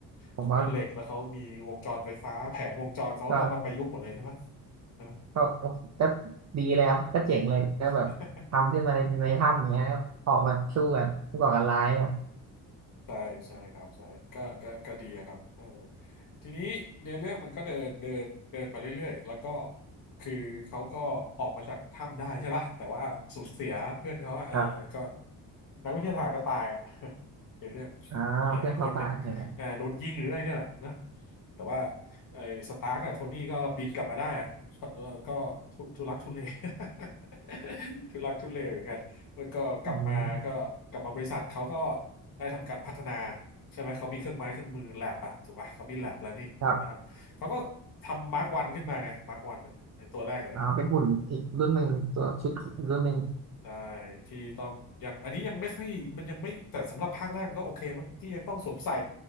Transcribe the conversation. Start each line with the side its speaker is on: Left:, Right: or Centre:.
Right: ผมว่า
Left: เขามีเหล็กแล้วเขามีวงจรไฟฟ้าแผงวงจรเขาก็เอามาประยุกต์หมดเลยใช่ไหม
Right: ก็
Left: ใช่ไหม
Right: ก็โอเคก็ดีเลยครับก็เจ๋งเลยก็แบบทำขึ้นมาในในถ้ำอย่างเงี้ยครับออกมาสู้แบบผู้ก่อการร้ายครับ
Left: <laughs> ใช่ใช่ครับใช่ก็ก็ก็ดีอะครับเออทีนี้เนื้อเรื่องมันก็เดินเดินเดินมาเรื่อยๆแล้วก็คือเขาก็ออกมาจากถ้ำได้ใช่ป่ะแต่ว่าสูญเสียเพื่อนเขาอะเออก็
Right: ครับ
Left: นักวิทยาศาสตร์ก็ตายอะ <laughs> ในเรื่อง
Right: อ่าเพื่อนเขาตายใช่ไหม
Left: เอออีกคนหนึ่งเออโดนยิงหรืออะไรเนี่ยแหละนะแต่ว่าไอ้สตาร์กอะโทนี่ก็บินกลับมาได้อะแล้วก็ทุทุลักทุเล <laughs> ทุลักทุเลเหมือนกัน แล้วก็กลับมาก็กลับมาบริษัทเขาก็
Right: อืม
Left: ได้ทำการพัฒนาใช่ไหมเขามีเครื่องไม้เครื่องมือแลบอะถูกปะเขามีแลบแล้วนี่ถูกปะเขาก็ทำมาร์กวันขึ้นมาไงมาร์กวันไอตัวแรกเลยอะ
Right: ครับอ่าเป็นหุ่นอีกรุ่นหนึ่งตัวชุดอีกรุ่นหนึ่ง
Left: ใช่ที่ต้องยังอันนี้ยังไม่ค่อยมันยังไม่แต่สำหรับภาคแรกมันก็โอเคมั้งที่ยังต้องสวมใส่